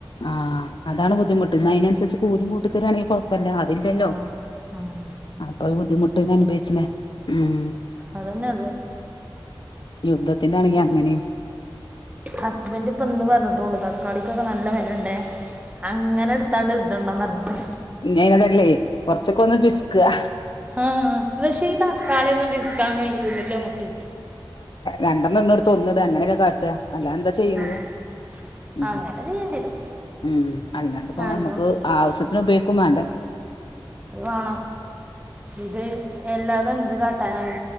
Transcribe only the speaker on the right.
ആ ഉം.
അതന്നെള്ളത്
ഹസ്ബന്റ് ഇപ്പ ഇന്ന് പറഞ്ഞിട്ടുള്ളു തക്കാളിക്കൊക്കെ നല്ല വെലണ്ടേ അങ്ങനെടുത്ത് ഇത്താണ്ട് ഇത്ണ്ടന്ന് പർഞ്ഞ്
ആഹ് പക്ഷേ ഈ തക്കാളി ഒന്നും പിഷ്ക്കാൻ കഴിയൂലല്ലോ നമ്മക്ക്
ആ
അങ്ങനെ ചെയ്യേണ്ടി വരും
ഹാൻഡ്ലൂം
അത് വാണം ഇത് എല്ലാതന്ത് കാട്ടാനാണ്